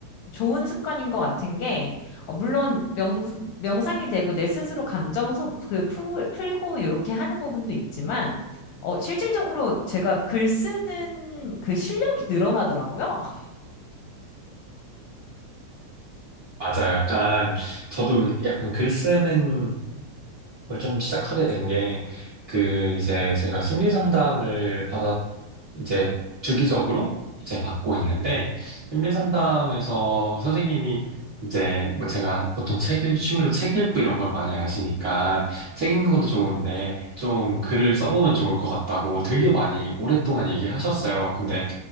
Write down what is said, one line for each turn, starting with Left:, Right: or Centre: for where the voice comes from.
Left: 좋은 습관인 것 같은 게, 어, 물론 명, 명상이 되고 내 스스로 감정 소, 그 풀, 풀고 이렇게 하는 부분도 있지만, 어, 실질적으로 제가 글 쓰는 그 실력이 늘어나더라고요. <laughs>
Right: 맞아요. 약간 저도 약간 글 쓰는 그걸 좀 시작하게 된 게, 그, 이제 제가 심리 상담을 받았, 이제 주기적으로 이제 받고 있는데, 심리 상담에서 선생님이 이제 뭐 제가 보통 책, 읽- 취미로 책 읽고 이런 걸 많이 아시니까, 책 읽는 것도 좋은데, 좀 글을 써보면 좋을 것 같다고 되게 많이 오랫동안 얘기하셨어요. 근데